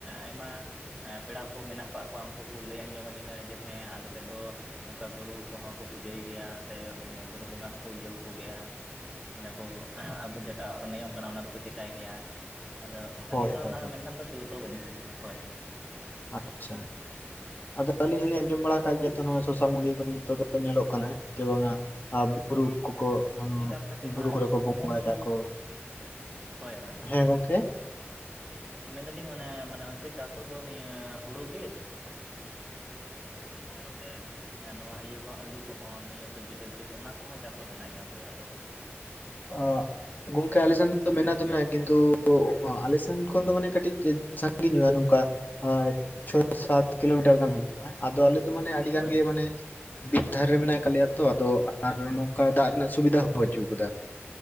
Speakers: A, in the centre; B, on the left.
A: ᱟᱭᱢᱟ ᱯᱮᱲᱟ ᱠᱚ ᱢᱮᱱᱟᱜ ᱠᱟᱜ ᱠᱚᱣᱟ ᱩᱱᱠᱩ ᱠᱚ ᱞᱟᱹᱭ ᱟᱸᱡᱚᱢ ᱟᱹᱞᱤᱧᱟ ᱡᱮ ᱦᱮᱸ ᱟᱞᱮ ᱥᱮᱫ ᱫᱚ ᱱᱚᱝᱠᱟ ᱵᱩᱨᱩ ᱠᱚᱦᱚᱸ ᱠᱚ ᱯᱩᱡᱟᱹᱭ ᱜᱮᱭᱟ ᱥᱮ ᱵᱩᱨᱩ ᱵᱚᱸᱜᱟ ᱦᱚᱸᱠᱚ ᱤᱭᱟᱹᱣ ᱟᱠᱚᱜᱮᱭᱟ ᱢᱟᱱᱮ ᱠᱚ ᱟᱵᱚ ᱡᱮᱴᱟ ᱱᱤᱭᱚᱢ ᱠᱟᱱᱟ ᱚᱱᱟ ᱫᱚᱠᱚ ᱪᱮᱠᱟᱭ ᱜᱮᱭᱟ ᱟᱫᱚ ᱟᱹᱞᱤᱧ
B: ᱦᱳᱭ
A: ᱫᱚ
B: ᱦᱳᱭ
A: ᱚᱱᱟ
B: ᱦᱳᱭ
A: ᱢᱮᱱᱠᱷᱟᱱ ᱫᱚ ᱥᱩᱨ ᱫᱚ ᱵᱟᱹᱞᱤᱧ ᱥᱩᱨ ᱠᱟᱱᱟ ᱦᱳᱭ
B: ᱟᱪᱪᱷᱟ ᱟᱫᱚ ᱟᱞᱤᱧ ᱦᱚᱞᱤᱧ ᱟᱸᱡᱚᱢ ᱵᱟᱲᱟ ᱠᱟᱜ ᱜᱮᱭᱟ ᱛᱚ ᱱᱚᱣᱟ ᱥᱳᱥᱟᱞ ᱢᱤᱰᱤᱭᱟ ᱠᱚᱨᱮ ᱱᱤᱛᱚᱜ ᱫᱚ ᱧᱮᱞᱚᱜ ᱠᱟᱱᱟ ᱡᱮ ᱵᱟᱝ-ᱟ ᱟᱨ ᱵᱩᱨᱩ ᱠᱚᱠᱚ
A: ᱦᱩᱲᱩ ᱪᱟᱥ ᱠᱟᱛᱮᱫ ᱱᱚᱣᱟ
B: ᱵᱩᱨᱩ ᱠᱚᱨᱮ ᱠᱚ
A: ᱜᱩᱦᱩᱢ
B: ᱵᱚᱸᱜᱟᱭ
A: ᱠᱚ
B: ᱫᱟᱠᱚ
A: ᱦᱳᱭ ᱦᱳᱭ
B: ᱦᱮᱸ ᱜᱚᱢᱠᱮ
A: ᱢᱮᱱᱫᱟᱞᱤᱧ ᱚᱱᱮ ᱢᱟᱱᱮ ᱚᱱᱛᱮ ᱪᱟᱥᱚᱜ ᱫᱚ ᱱᱤᱭᱟᱹ ᱦᱩᱲᱩ ᱜᱮ ᱜᱩᱦᱩᱢ ᱠᱚᱦᱚᱸ ᱥᱮ ᱱᱚᱣᱟ ᱤᱭᱟᱹ ᱠᱚ ᱟᱹᱞᱩ ᱠᱚᱦᱚᱸ ᱱᱤᱭᱟᱹ ᱥᱚᱵᱽᱡᱤ ᱴᱚᱵᱡᱤ ᱠᱚ ᱚᱱᱟ ᱠᱚᱦᱚᱸ ᱪᱟᱥ ᱦᱚᱸ ᱢᱮᱱᱟᱜ ᱜᱮᱭᱟ ᱚᱱᱛᱮ ᱟᱯᱮ ᱥᱮᱱᱟᱜ
B: ᱚ ᱜᱚᱝᱠᱮ ᱟᱞᱮ ᱥᱮᱱ ᱫᱚ ᱢᱮᱱᱟᱜ ᱫᱚ ᱢᱮᱱᱟᱜ-ᱟ ᱠᱤᱱᱛᱩ ᱟᱞᱮ ᱥᱮᱱ ᱠᱷᱚᱱ ᱫᱚ ᱢᱟᱱᱮ ᱠᱟᱹᱴᱤᱡ ᱥᱟᱜᱤᱧ ᱧᱚᱜᱼᱟ ᱱᱚᱝᱠᱟ ᱪᱷᱚ ᱥᱟᱛ ᱠᱤᱞᱳᱢᱤᱴᱟᱨ ᱜᱟᱱ ᱦᱩᱭᱩᱜᱼᱟ ᱟᱫᱚ ᱟᱞᱮ ᱫᱚ ᱢᱟᱱᱮ ᱟᱹᱰᱤ
A: ᱦᱳᱭ
B: ᱜᱟᱱ ᱜᱮ ᱢᱟᱱᱮ ᱵᱤᱨ ᱫᱷᱟᱨᱮ ᱨᱮ ᱢᱮᱱᱟᱜ ᱠᱟᱜ ᱞᱮᱭᱟ ᱛᱚ ᱟᱫᱚ ᱟᱨ ᱱᱚᱝᱠᱟ ᱫᱟᱜ ᱨᱮᱱᱟᱜ ᱥᱩᱵᱤᱫᱷᱟ ᱦᱚᱸ ᱵᱟᱹᱪᱩᱜ ᱠᱟᱫᱟ